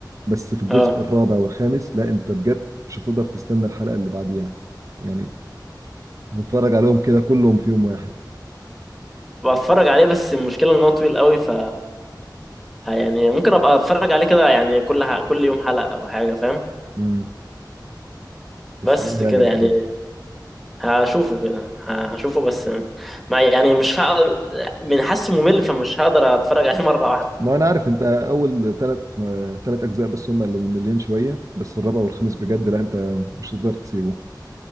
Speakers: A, on the right; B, in the centre.
A: بس في الجزء
B: اه
A: الرابع والخامس لا انت بجد مش هتقدر تستنى الحلقة اللي بعديها يعني هنتفرج عليهم كده كلهم في يوم واحد
B: هبقى اتفرج عليه بس المشكلة ان هو طويل قوي ف ه- يعني ممكن ابقى اتفرج عليه كده يعني كل ح... كل يوم حلقة او حاجة فاهم
A: امم بس
B: بس
A: لا هيعجبك
B: كده يعني
A: قوي
B: هشوفه كده هشوفه بس ما يعني مش ه... من حاسه ممل فمش هقدر اتفرج عليه <laughs> مرة واحدة
A: ما انا عارف انت اول ثلاث ثلاث اجزاء بس هم اللي مملين شوية بس الرابع والخامس بجد لا انت مش هتقدر تسيبه